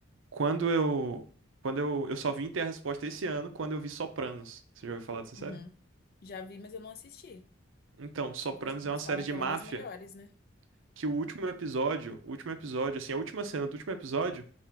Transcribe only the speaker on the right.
Quando eu. Quando eu. Eu só vim ter a resposta esse ano quando eu vi Sopranos. Você já ouviu falar dessa série?
Então, Sopranos
é
uma série
de
máfia
que o último episódio, o último episódio, assim, a última cena do último episódio